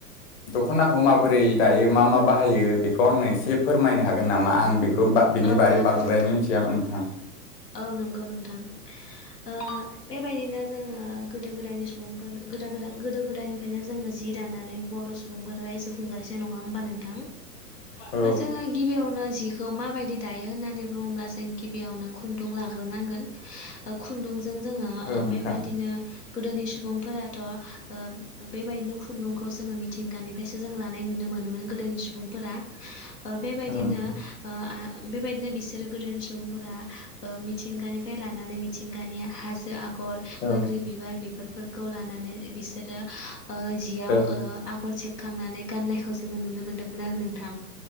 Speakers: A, on the left; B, on the left.
A: दख'नाखौ माबोरै दायो मा मा बाहायो बेखौ आंनो एसे फोरमायनो हागोन नामा आं बेखौ बा बिनि
B: औ
A: बारै
B: हागोन
A: बांद्राय
B: नोंथां
A: मिथिया
B: औ।
A: नोंथां
B: औ नंगौ नोंथां ओ बेबायदिनो जोङो गोदो गोदायनि सुबुंफोरनो गोद गोद गोदो गोदायनिफ्रायनो जोङो जि जि दानानै बर' सुबुंफोरा रायजो खुंगासिनो नङा होनबा नोंथां ओ
A: औ
B: जोंयो गिबियाव नो जिखौ माबाय दि दायो होननानै बुङोब्ला जों गिबियावनो खुुनदुं लाग्रोनांगोन ओ खुनदुं जों जोङो
A: औ
B: ओ
A: नोंथां
B: बेबायदिनो गोदोनि सुबुंफोराथ' ओ बेबायदिनो खुन्दुंखौ जोङो मिथिंगानिफ्रायसो जों लानाय नुनो मो मोनोमोन गोदोनि सुबुंफोरा ओ बेबायदिनो
A: औ नोंथां
B: ओ आ बेबायदिनो बिसोरो गोदोनि सुबुंफोरा ओ मिथिंगानिफ्राय लानानै मि थिंगानि हाजो आगर
A: औ
B: बोग्रि बिबार बेफोरफोरखौ लानानै बिसोरो ओ जिआव
A: औ
B: ओ आगर सेबखांनानै गाननायखौ जोङो नुनो मोनदोंमोन आरो नोंथां